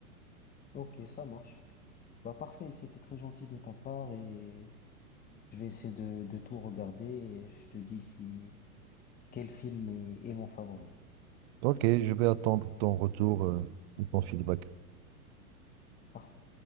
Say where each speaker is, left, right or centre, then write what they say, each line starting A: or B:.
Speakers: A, on the left; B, on the right.
A: Ok, ça marche. Bah, parfait, c'était très gentil de ta part et je vais essayer de, de tout regarder et je te dis si quel film est est mon favori.
B: Ok, je vais attendre ton retour euh, et ton feedback.
A: Parfait.